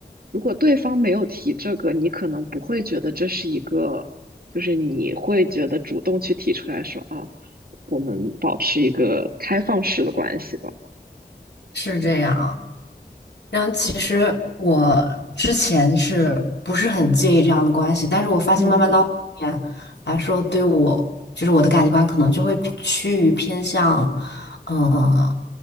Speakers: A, on the right (about 60°); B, on the left (about 85°).
A: 如果对方没有提这个，你可能不会觉得这是一个，就是你会觉得主动去提出来说啊，我们保持一个开放式的关系吧。
B: 是这样。啊。然后其实我之前是不是很介意这样的关系，但是我发现慢慢到后面来说，
A: 嗯嗯。
B: 对我就是我的感情观可能就会趋于偏向，嗯、